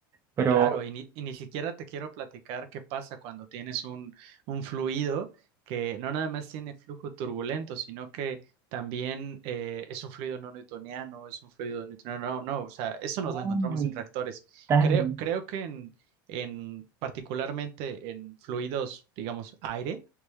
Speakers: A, on the right (about 25°); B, on the right (about 55°).
A: Pero,
B: Claro, y ni, y ni siquiera te quiero platicar qué pasa cuando tienes un, un fluido que no nada más tiene flujo turbulento, sino que también eh, es un fluido no newtoniano, es un fluido newtoniano, no, no, o sea, eso nos
A: Hombre,
B: lo encontramos en reactores.
A: dale.
B: Creo, creo que en, en particularmente en fluidos, digamos, aire,